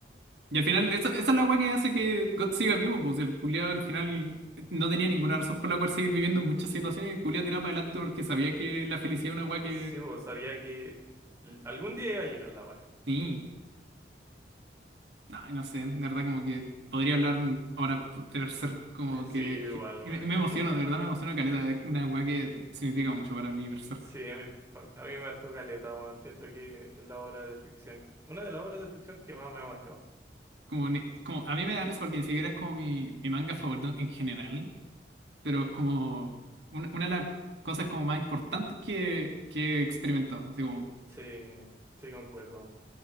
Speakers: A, on the right; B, on the right.
A: Y al final, esa, esa es la weá que hace que God siga vivo, pues si el culiado al final no tenía ninguna razón por la cual seguir viviendo en muchas situaciones y el culiado tiraba para adelante porque sabía que la felicidad es una
B: Eh,
A: weá que...
B: sí, vos sabía que l- algún día iba a llegar la wea.
A: Sí, no, no sé, de verdad como que podría hablar ahora de ser como
B: <laughs> Sí,
A: que...
B: yo igual, weón.
A: y Me, me emociono,
B: <laughs>
A: de verdad me emociona caleta, es una weá que significa mucho para mí Berserk.
B: Sí, a mí, pa- a mí me marcó caleta, weón. Siento que es la obra de ficción, una de las obras de ficción que más me ha marcado.
A: Como, ni- como, a mí me da risa porque ni siquiera es como mi, mi manga favorito en general, pero es como una, una de las cosas como más importantes que, que he experimentado. Así como,
B: Sí, sí, concuerdo.